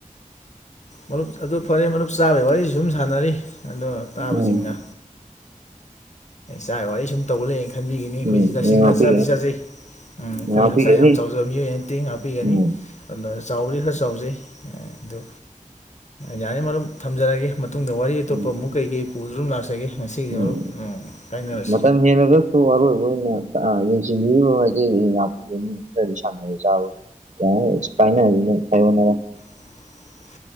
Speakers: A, on the left (about 55°); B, on the right (about 60°).
A: ꯃꯔꯨꯞ ꯑꯗꯨ ꯐꯔꯦ ꯃꯔꯨꯞ ꯆꯥꯕꯒꯤ ꯋꯥꯔꯤꯁꯨ ꯁꯨꯝ ꯁꯥꯟꯅꯔꯤ ꯑꯗꯣ ꯇꯥꯕꯁꯤꯡꯅ
B: ꯎꯝ
A: ꯆꯥ ꯋꯥꯔꯤ ꯁꯨꯝ ꯇꯧꯕ ꯂꯩꯌꯦꯅ ꯈꯟꯕꯤꯈꯤꯅꯤ ꯑꯩꯈꯣꯏꯗꯤ
B: ꯎꯝ
A: ꯇꯁꯦꯡꯅ
B: ꯉꯥꯛꯄꯤꯒꯅꯨ
A: ꯆꯥꯗꯤ ꯆꯥꯖꯩ ꯎꯝ ꯑꯩꯈꯣꯏ
B: ꯉꯥꯛꯄꯤꯒꯅꯤ
A: ꯍꯛꯆꯥꯡ ꯌꯥꯝ ꯆꯥꯎꯖꯕ ꯃꯤꯑꯣꯏ ꯑꯅ ꯇꯦꯡ ꯍꯥꯞꯄꯤꯒꯅꯤ
B: ꯎꯝ
A: ꯑꯗꯨꯅ ꯆꯥꯎꯔꯤ ꯈꯔ ꯆꯥꯎꯖꯩ ꯑꯗꯨ ꯌꯥꯔꯤ ꯃꯔꯝ ꯊꯝꯖꯔꯒꯦ ꯃꯇꯨꯡꯗ ꯋꯥꯔꯤ ꯑꯇꯣꯞꯄ
B: ꯎꯝ
A: ꯑꯃꯨꯛ ꯀꯩꯀꯩ ꯄꯨꯗꯨ ꯑꯗꯨꯝ ꯂꯥꯛꯆꯒꯦ ꯉꯁꯤꯒꯤꯗꯤ
B: ꯎꯝ
A: ꯃꯔꯨꯞ ꯀꯥꯏꯅꯔꯁꯤ
B: ꯃꯇꯝ ꯍꯉꯒꯁꯨꯁꯨ ꯑꯔꯣꯏꯕꯅ ꯑ ꯌꯦꯡꯁꯤꯟꯕꯤꯔꯤꯕ ꯃꯦ ꯉꯥꯛꯄꯤꯒꯅꯤ ꯈꯔꯗꯤ ꯁꯥꯟꯅꯩꯦ ꯆꯥꯕꯒꯤ ꯌꯥ ꯏꯁ ꯄꯥꯏꯅ ꯍꯥꯏ ꯑꯗꯨ ꯐꯥꯏꯕꯅ
A: <inaudible>